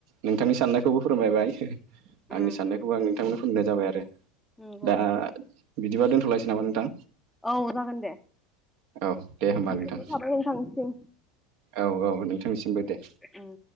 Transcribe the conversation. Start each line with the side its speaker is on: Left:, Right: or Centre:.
Right: नोंथांनि साननायखौबो फोरमायबाय।
Centre: उम
Right: आंनि साननायखौ आं नोंथांनो फुनो जाबाय आरो
Centre: नंगौ
Right: दा बिदिबा दोनथलायसै नामा नोंथां।
Centre: औ जागोन दे
Right: औ दे होमबा
Centre: गोननाय
Right: नोंथां
Centre: थाबाय नोंथांनिसिम।
Right: औ औ नोंथांनिसिमबो दे।
Centre: उम